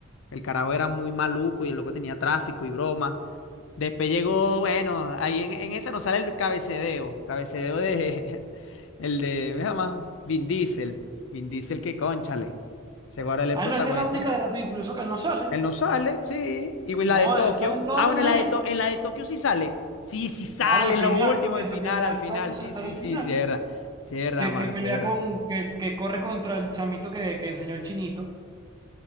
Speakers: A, on the left; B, on the right.
A: El carajo era muy maluco y el loco tenía tráfico y broma. Después llegó, bueno, ahí en, en esa nos sale el cabecedeo, cabecedeo de, <laughs> el de, ¿me llama? Vin Diesel, Vin Diesel que cónchale, se guarda el
B: Ah,
A: protagonista,
B: no, esa es la única de Rápido y Furioso que él no sale.
A: él no sale, sí. Y la
B: No,
A: de Tokio.
B: él sale en todo
A: Ah,
B: menos
A: bueno, en la
B: en
A: de,
B: ese.
A: To- en la de Tokio sí sale. Sí, sí sale,
B: Claro, al
A: en
B: final,
A: lo último,
B: en
A: al final,
B: Tokyo Drift
A: al final.
B: sale, el-
A: Sí,
B: sale
A: sí,
B: el
A: sí,
B: final.
A: cierra. Cierra,
B: Que,
A: mano,
B: que pelea
A: cierra.
B: con, que, que corre contra el chamito que, que enseñó el chinito.